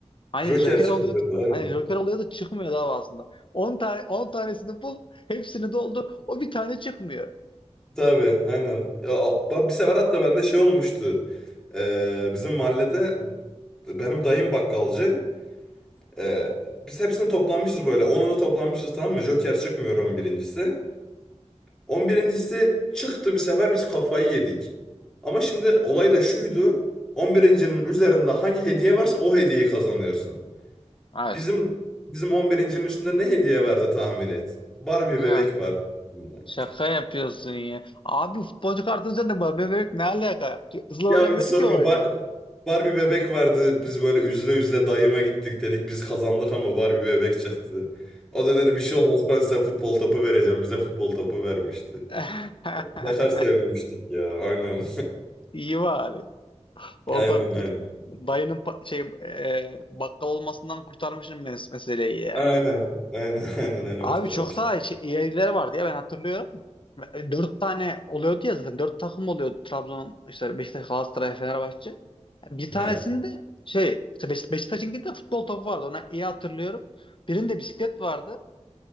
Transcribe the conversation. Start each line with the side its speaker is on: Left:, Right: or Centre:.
Left: Aynen
Centre: Joker
Left: Joker
Centre: çıkıyordu
Left: oluyordu.
Centre: aynen.
Left: Aynen Joker oluyordu çıkmıyordu abi aslında. 10 tane 10 tanesini bul, hepsini doldur. O bir tane çıkmıyor.
Centre: Tabii aynen. Ya, ba- bir sefer hatta bende şey olmuştu. Ee, bizim mahallede benim dayım bakkalcı. Ee, biz hepsini toplanmışız böyle. onunu toplanmışız tamam mı? Joker çıkmıyor on birincisi, on birincisi çıktı bir sefer biz kafayı yedik. Ama şimdi olay da şuydu. on birincinin üzerinde hangi hediye varsa o hediyeyi kazanıyorsun.
Left: Hayır.
Centre: Bizim bizim on birincinin üstünde ne hediye vardı tahmin et. Barbie
Left: Ya
Centre: bebek var. üstünde.
Left: şaka yapıyorsun ya. Abi futbolcu kartını sen de var. Bebek ne alaka? Hızlı
Centre: Ya
Left: oynamıyordu
Centre: hiç sorma
Left: ki o oyunu.
Centre: Bar- Barbie bebek vardı. Biz böyle üzle üzle dayıma gittik dedik. Biz kazandık ama Barbie bebek çıktı. O da dedi bir şey olmaz ben size futbol topu vereceğim. Bize futbol topu vermişti.
Left: <laughs>
Centre: Ne kadar sevinmiştik ya. Aynen.
Left: İyi bari. Orada
Centre: Aynen aynen.
Left: kurt- dayının pa- şey e, bakkal olmasından kurtarmışım mes meseleyi yani.
Centre: Aynen. Aynen <laughs> aynen öyle
Left: Abi
Centre: kurtarmıştık.
Left: çok daha şey, iyileri vardı ya ben hatırlıyorum. E, Dört tane oluyordu ya zaten. Dört takım oluyordu. Trabzon, işte Beşiktaş, Galatasaray, Fenerbahçe. Bir tanesinde
Centre: He.
Left: şey, işte Beş- Beşiktaş'ınkinde de futbol topu vardı. Ona iyi hatırlıyorum. Birinde bisiklet vardı.